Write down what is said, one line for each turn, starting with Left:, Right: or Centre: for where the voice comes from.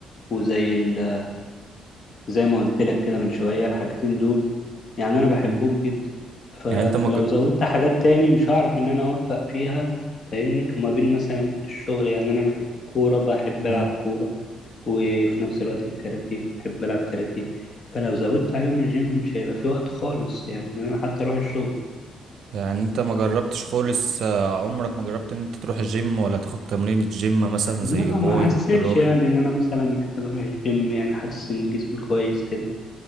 Left: وزي ال زي ما قلت لك كده من شوية الحاجتين دول يعني أنا بحبهم
Right: مم.
Left: جدا فلو
Right: يعني انت ما
Left: زودت حاجات تاني مش هعرف إن أنا أوفق فيها فاهمني وما بين مثلا الشغل يعني أنا الكورة بحب
Right: مج...
Left: ألعب كورة وفي نفس الوقت الكاراتيه بحب ألعب كاراتيه فلو زودت عليهم الجيم مش هيبقى في وقت خالص يعني إن أنا حتى أروح الشغل
Right: يعني انت ما جربتش خالص آه، عمرك ما جربت ان انت تروح الجيم ولا تاخد تمرين الجيم مثلا
Left: لا
Right: زي باي
Left: ما حسيتش
Right: والتراي
Left: يعني إن أنا مثلا محتاج أروح الجيم يعني حاسس إن جسمي كويس كده